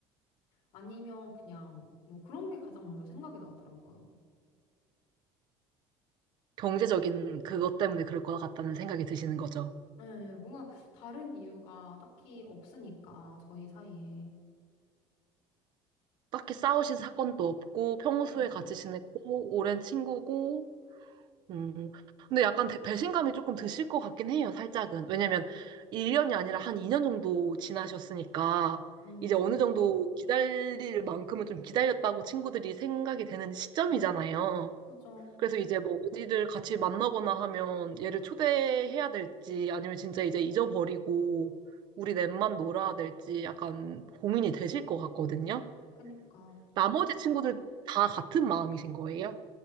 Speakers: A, on the left; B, on the right.
A: 아니면 그냥 뭐 그런 게 가장 먼저 생각이 나더라고요.
B: 경제적인 그것 때문에 그럴 것 같다는 생각이 드시는 거죠.
A: 네, 뭔가 다른 이유가 딱히 없으니까, 저희 사이에.
B: 딱히 싸우신 사건도 없고 평소에
A: 그니까.
B: 같이 지냈고 오랜 친구고 음 근데 약간 대- 배신감이 조금 드실 것 같긴 해요 살짝은 왜냐면 1년이 아니라 한 2년 정도 지나셨으니까
A: 음,
B: 이제 어느 정도 기다릴 만큼은 좀 기다렸다고 친구들이 생각이 되는 시점이잖아요
A: 그죠.
B: 그래서 이제 뭐 어디를 같이 만나거나 하면 얘를 초대해야 될지 아니면 진짜 이제 잊어버리고 우리 넷만 놀아야 될지 약간 고민이 되실 것 같거든요
A: 그니까. 아,
B: 나머지 친구들 다 같은 마음이신 거예요?